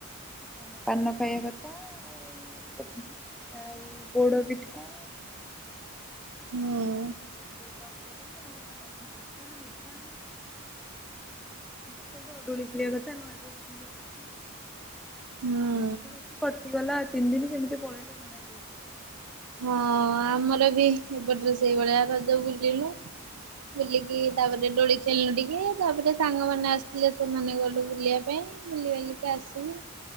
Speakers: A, in the centre; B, on the right.
A: କଣ ପାନ ଖାଇବା କଥା ଆଉ ଆଉ ଗୋଡ ପିଠା।
B: ହୁଁ
A: ତରକାରି ଆଉ ପିଠା ମିଠା। ସବୁ ଆଉ ଡଳିି ଖେଳିବା କଥା ଆଉ ନୂଆ ଡ୍ରେସ ପିନ୍ଧିବା କଥା।
B: ହୁଁ
A: ଏମିତି ହେଇକି କଟିଗଲା ତିନି ଦିନ କେମିତି ପଳେଇଲେ ଜଣା ପଇଲାନି।
B: ହଁ ଆମର ବି ଏପଟରେ ସେଇଭଳିଆ ରଜ ବୁଲିଲୁ। ବୁଲିକି ତାପରେ ଡୋଳି ଚାଲିଲୁ ଟିକେ ତାପରେ ସାଙ୍ଗମାନୋନେ ଆସିଥିଲେ ସେମାନେ ଗଠୁ ବୁଲିବା ପାଇଁ। ବୁଲି ବାଲିିକି ଆସିକି